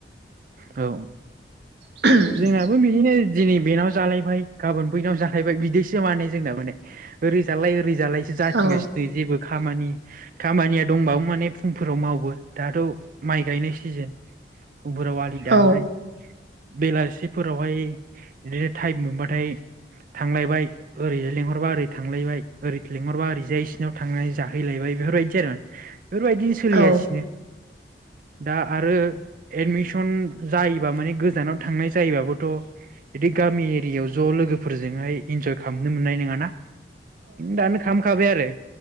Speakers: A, on the right; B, on the right.
A: औ।
B: ओमफ्राय
A: जोंहाबो बिदिनो दिनै बेनाव जालायबाय गाबोन बैनाव जाहैबाय बिदिसो माने जोंनाबो नै ओरै जालाय ओरै ज जालायसो जाथिंगासिनो
B: औ
A: जेबो खामानि खामानिया दंबाबो माने फुंफोराव मावो दाथ माइ गायनाय सिजोन फुंफोराव दानबाय
B: औ
A: बेलासि फोरावहाय इदिनो थाइम मोनबाथाय थांलायबाय ओरैजाय लेंहरबा ओरै थांलायबाय ओरै लेंहरबा ओरैजाय इसिरनाव थां जाहैलायबाय बेफोरबायदि आरो। बेफोरबायदि सोलिगासिनो
B: औ
A: दा आरो एडमिस सन जायोबा माने गोजानाव थांनाय जायोबाबोथ' बिदि गामि एरियायाव ज लोगोफोरजोंहाय इन्जय खालामनो मोननाय नोङाना। दानो खाम खाबाय आरो।